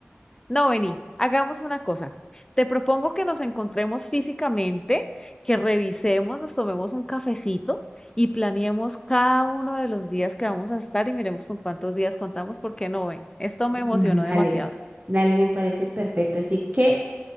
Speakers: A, on the left (about 15°); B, on the right (about 40°).
A: No, vení, hagamos una cosa. Te propongo que nos encontremos físicamente, que revisemos, nos tomemos un cafecito y planeemos cada uno de los días que vamos a estar y miremos con cuántos días contamos, porque no, ven, esto
B: Mm,
A: me emocionó demasiado.
B: Dale, dale, me parece perfecto. Así que